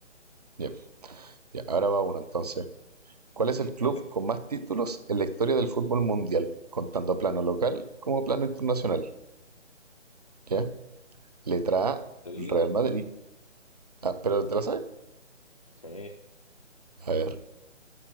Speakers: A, on the right; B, on the left.
A: Bien, ya, ahora va uno entonces. ¿Cuál es el club
B: Ok,
A: con más títulos en la historia del fútbol mundial, contando plano local como plano internacional? ¿Ya? Letra A,
B: ¿lo digo?
A: Real Madrid. Ah, pero ¿te la sabes?
B: Sí,
A: A ver.